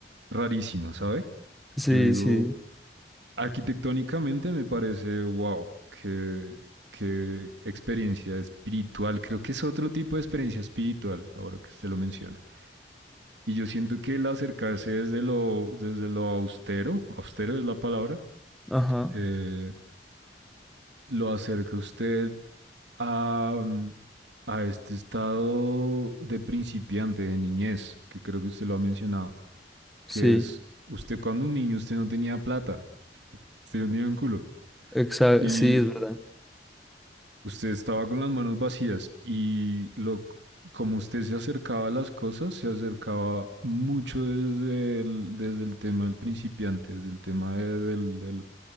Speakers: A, on the right; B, in the centre.
A: rarísima, ¿sabe?
B: Sí,
A: Yo digo,
B: sí.
A: Arquitectónicamente me parece, wow, qué, qué experiencia espiritual. Creo que es otro tipo de experiencia espiritual, ahora que usted lo menciona. Y yo siento que el acercarse desde lo, desde lo austero, austero es la palabra,
B: Ajá,
A: eh, lo acerca usted a, mm, a este estado de principiante, de niñez, que creo que usted lo ha mencionado,
B: sí,
A: que es usted cuando un niño, usted no tenía plata, usted no tenía un culo.
B: exacto,
A: Y
B: sí, es verdad.
A: Usted estaba con las manos vacías y lo, como usted se acercaba a las cosas, se acercaba mucho desde el, desde el tema del principiante, desde el tema de- del, del,